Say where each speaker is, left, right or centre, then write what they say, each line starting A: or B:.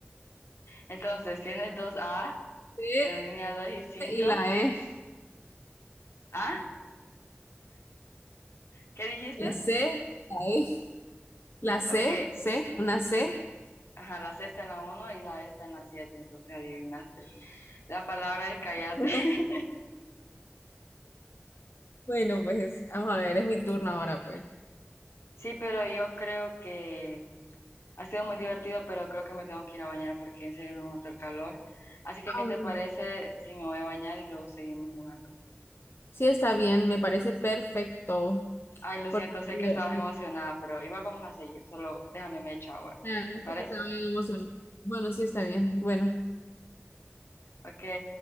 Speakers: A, on the left; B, on the left.
A: Entonces, tienes dos A
B: C
A: en la línea 2 y 5.
B: y la E.
A: ¿Ah? ¿Qué dijiste?
B: La C, la E. La C,
A: Ok.
B: C, una C.
A: Ajá, la C está en la uno y la E está en la 7. entonces adivinaste. La palabra es callate.
B: <laughs>
A: <laughs>
B: Bueno, pues vamos a ver, es mi turno ahora, pues.
A: Sí, pero yo creo que ha sido muy divertido, pero creo que me tengo que ir a bañar porque en serio no aguanto el calor. Así que, ¿qué
B: Ah,
A: te
B: bueno.
A: parece si me voy a bañar y luego seguimos jugando?
B: Sí, está bien, me parece perfecto.
A: Ay, lo
B: Porque,
A: siento, sé
B: eh,
A: que estabas emocionada, pero igual vamos a seguir, solo déjame me echo agua.
B: claro,
A: ¿Te
B: es
A: parece?
B: que yo estaba bien emocionada. Bueno, sí, está bien. Bueno,
A: Ok,